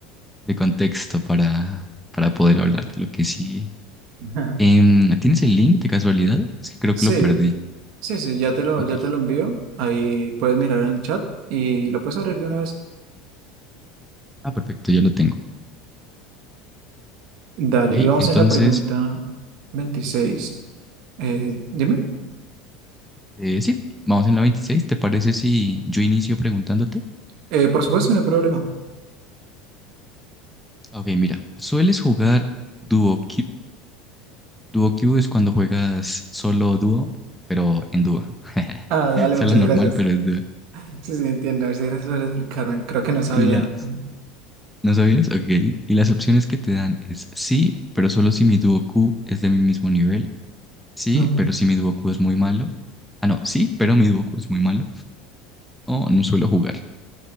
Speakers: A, in the centre; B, on the right.
A: de contexto para, para poder hablar de lo que sigue.
B: <laughs>
A: Em, ¿tienes el link de casualidad? Es que creo
B: Sí,
A: que lo perdí.
B: sí, sí, ya te lo,
A: Ok.
B: ya te lo envío. Ahí puedes mirar en el chat y lo puedes abrir de una vez.
A: Ah, perfecto, ya lo tengo.
B: Dale,
A: Ok,
B: y vamos
A: entonces,
B: en la pregunta 26. Eh, dime.
A: eh, sí, vamos en la 26. ¿Te parece si yo inicio preguntándote?
B: Eh, por supuesto, no hay problema.
A: Ok, mira, ¿sueles jugar Duo Duo Q es cuando juegas solo o dúo, pero en dúo. <laughs>
B: Ah, dale,
A: O sea,
B: muchas
A: la normal,
B: gracias.
A: pero es dúo.
B: <laughs> Sí, sí, entiendo. Muchas gracias por explicarme. Creo que no sabía.
A: ¿Y las? ¿No sabías? Ok. Y las opciones que te dan es sí, pero solo si mi dúo Q es de mi mismo nivel. Sí,
B: <laughs>
A: pero si mi dúo Q es muy malo. Ah, no, sí, pero mi dúo Q es muy malo. O no suelo jugar.